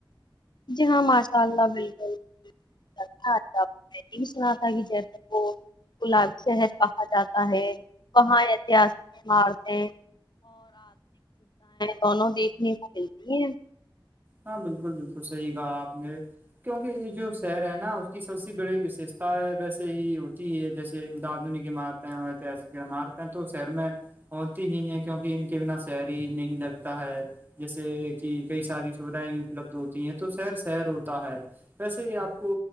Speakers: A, on the left (about 60°); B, on the right (about 25°).
A: جی ہاں ماشاء اللہ بالکل اچھا اچھا نم سنااتگ ج وہ گلاب شہر کہا جاتا ہے وہاں اتہاسک عمارتیں دونوں دیکھنے کو ملتی ہیں
B: ہاں بالکل بالکل صحیح کہا آپ نے کیونکہ یہ جو شہر ہے نا اس کی سب سے بڑی وششتا ہے ویسے ہی ہوتی ہے جیسے آدنیک عمارت ہیںسکمارت ہیں تو شہر میں ہوتی ہی ہے کیونکہ ان کے بنا سری ہی نہیں لگتا ہے جیسے کی کئی ساری سوبھدائیں بھی اپلبدھ ہوتی ہیں تو شہر شہر ہوتا ہے ویسے ہی آپ کو